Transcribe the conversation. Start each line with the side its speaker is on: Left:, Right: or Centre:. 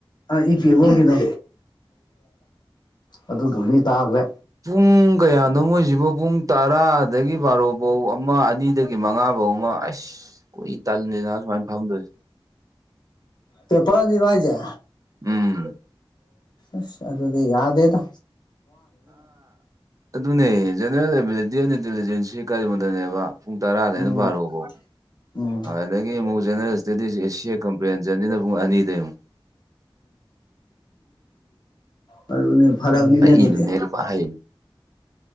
Left: ꯑ ꯏ ꯄꯤ ꯑꯦꯜ ꯑꯣꯒꯤꯗꯣ ꯑꯗꯨꯗꯨꯝ ꯃꯤ ꯇꯥꯈ꯭ꯔꯦ
Right: ꯄꯨꯡ ꯀꯌꯥꯅꯣ ꯃꯣꯏꯁꯤꯕꯨ ꯄꯨꯡ ꯇꯔꯥꯗꯒꯤ ꯕꯥꯔꯣꯕꯧ ꯑꯃ ꯑꯅꯤ ꯑꯗꯨꯒꯤ ꯃꯉꯥꯐꯧ ꯑꯃ ꯑꯁ ꯀꯨꯏ ꯇꯜꯜꯂꯤꯦꯗꯅ ꯁꯨꯃꯥꯏꯅ ꯐꯝꯗꯣꯏꯁꯦ
Left: ꯄꯦꯄꯔ ꯅꯤꯔꯚ ꯍꯥꯏꯖꯦ
Right: ꯎꯝ
Left: ꯑꯁ ꯑꯗꯨꯗꯤ ꯌꯥꯗꯦ ꯇ
Right: ꯑꯗꯨꯅꯦ ꯖꯦꯅꯔꯦꯜ ꯑꯦꯕꯤꯂꯤꯇꯤ ꯑꯦꯟ ꯏꯟꯇꯦꯂꯤꯖꯦꯟꯁꯁꯤ ꯀꯔꯤꯒꯣꯗꯅꯦꯕ ꯄꯨꯡ ꯇꯔꯥꯗꯩꯅ
Left: ꯎꯝ
Right: ꯄꯥꯔꯛꯑꯣꯕꯣ
Left: ꯎꯝ
Right: ꯑꯗꯒꯤ ꯑꯃꯨꯛ ꯆꯦꯟꯅꯔꯁꯤ ꯑꯗꯨꯗꯤ ꯁꯤ ꯑꯦ ꯀꯝꯄ꯭ꯂꯦꯟꯁꯦ ꯑꯅꯤꯅ ꯄꯨꯡ ꯑꯅꯤꯗ ꯑꯃꯨꯛ
Left: ꯎ ꯑꯗꯨꯅꯦ ꯐꯔꯛꯅꯤꯅꯦ ꯑꯗꯨꯗꯤ
Right: ꯏꯅꯦꯔ ꯄ ꯍꯥꯏ